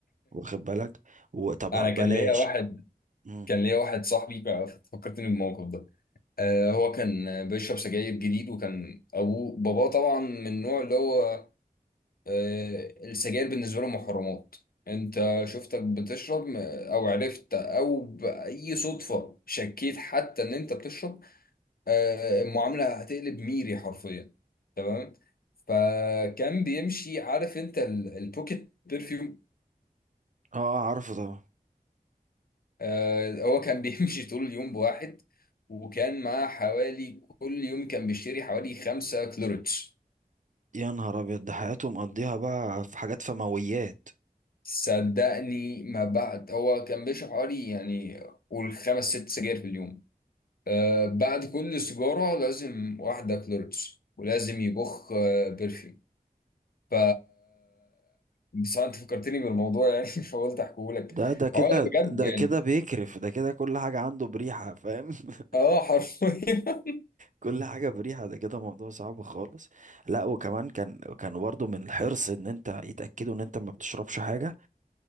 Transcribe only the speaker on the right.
واخد بالك وطب
بلاش
مم.
اه عارفه طبعا
يا نهار ابيض ده حياته مقضيها بقى في حاجات فمويات
ده ده كده
ده
كده بيكرف ده كده كل حاجة عنده بريحة فاهم <laughs>
كل حاجة بريحة ده كده موضوع صعب خالص لا وكمان كان كان برضه من الحرص ان انت يتأكدوا ان انت ما بتشربش حاجة